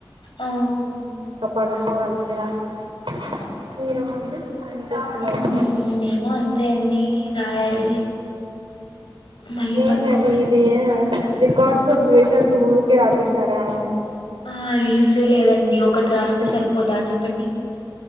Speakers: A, on the left; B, on the right.
A: ఆ
B: మ్ ఇంకా పడుకోవాలండి రాత్రికి మీరు అండి ఏం చేస్తున్నారు
A: మ్ మేము అంతే అండి రాయాలి మళ్ళీ
B: ఎం
A: పనుకోవాలి
B: దండి ఇది రికార్డ్స్ అబ్జర్వేషన్స్ ఉరికే రాపిస్తారా
A: ఆ అవి యూజే లేదండి ఒకటి రాస్తే
B: మళ్ళీ
A: సరిపోదా చెప్పండి